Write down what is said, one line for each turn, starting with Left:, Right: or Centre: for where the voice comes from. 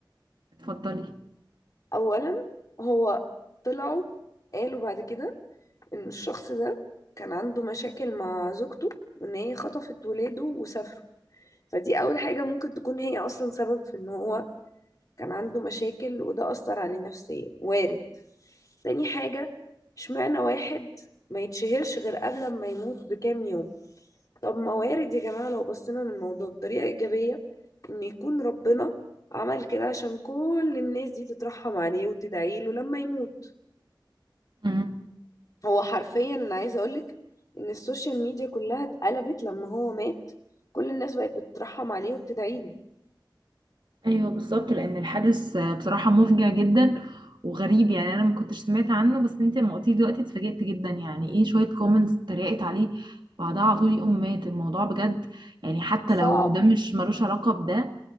Right: اتفضلي
Left: اولا هو طلعوا قالوا بعد كده ان الشخص ده كان عنده مشاكل مع زوجته وان هي خطفت ولاده وسافروا فدي اول حاجة ممكن تكون هي اصلا سبب في ان هو كان عنده مشاكل وده اثر عليه نفسيا وارد تاني حاجة اشمعنى واحد ما يتشهرش غير قبل ما يموت بكام يوم طب ما وارد يا جماعة لو بصينا للموضوع بطريقة إيجابية إن يكون ربنا عمل كده عشان كل الناس دي تترحم عليه وتدعي له لما يموت
Right: مم.
Left: هو حرفيا أنا عايزة أقولك إن السوشيال ميديا كلها اتقلبت لما هو مات كل الناس بقت بتترحم عليه وبتدعي له
Right: ايوه بالظبط لان الحادث آه، بصراحه مفجع جدا وغريب يعني انا ما كنتش سمعت عنه بس انت لما قلتيه دلوقتي اتفاجئت جدا يعني ايه شويه كومنتس اتريقت عليه بعدها على طول يقوم مات الموضوع بجد يعني حتى لو
Left: صعب
Right: ده مش ملوش علاقه بده